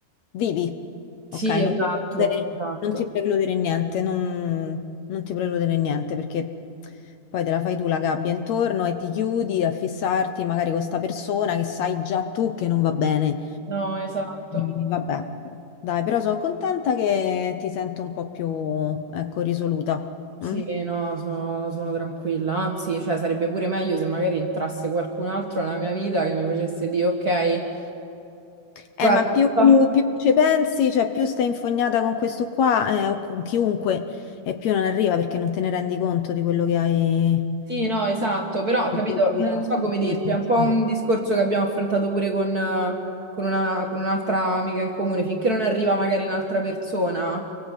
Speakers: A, on the left; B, on the right.
A: vivi,
B: Sì,
A: ok? Non
B: esatto,
A: ti precludere,
B: esatto.
A: non ti precludere niente, non, non ti precludere niente perché poi te la fai tu la gabbia intorno e ti chiudi a fissarti magari con sta persona che sai già tu che non va bene.
B: No, esatto.
A: E vabbè, dai, però sono contenta che ti sento un po' più, ecco, risoluta.
B: Sì,
A: mm?
B: no, sono, sono tranquilla. Anzi, cioè, sarebbe pure meglio se magari entrasse qualcun altro nella mia vita che mi facesse dire, ok,
A: Eh,
B: guarda,
A: ma più, più ci pensi, cioè più stai infognata con questo qua, eh, o con chiunque, e più non arriva perché non te ne rendi conto di quello che hai.
B: Sì, no, esatto, però capito,
A: di quello che hai
B: non so come dirti, è un po'
A: fatto.
B: un discorso che abbiamo affrontato pure con, eh, con una- con un'altra amica in comune, finché non arriva magari un'altra persona,